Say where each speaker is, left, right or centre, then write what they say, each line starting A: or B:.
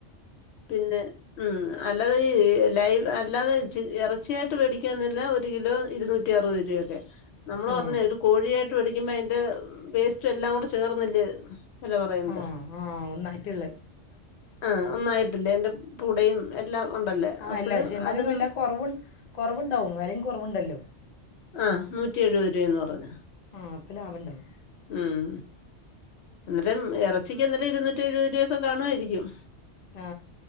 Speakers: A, on the left; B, on the left.
A: പിന്നെ ഉം അല്ലാതെ ഈ ലൈവ് അല്ലാതെ ഇറ ച്ചയായിട്ട് മേടിക്കാന്നല്ല ഒരു കിലോ ഇരുന്നൂറ്റി അറുപത് രൂപയക്കെ നമ്മള്
B: ആ ആ
A: പറഞ്ഞ കോഴിയായിട്ട് മേടിക്കുമ്പോ അതിന്റെ വേസ്റ്റ് സ്റ്റ്എല്ലാം കൂടെ ചേർന്നില്ലേ വല പറയ്ന്നെ
B: ആ ആ ഒന്നായിട്ടുള്ളത്
A: ആഹ് ഒന്നായിട്ടില്ലേ അയ്ന്റെ പുടയും എല്ലാം ഉണ്ടല്ലേ
B: ആ
A: അപ്പഴ
B: അല്ല പക്ഷെ എന്നാലും
A: അതിന്
B: എല്ലാ കുറവ് കുറവുണ്ടാവും വിലയും കുറവുണ്ടല്ലോ
A: ആ നൂറ്റി എഴുപത് രൂപന്ന് പറഞ്ഞു
B: ആ അപ്പം ലാഭം ഉണ്ടാവും
A: ഉം എന്നേരം ഇറച്ചിക്ക്ന്നേരം ഇരുന്നൂറ്റി എഴുപത് രൂപൊക്കെ കാണുമായിരിക്കും
B: ആ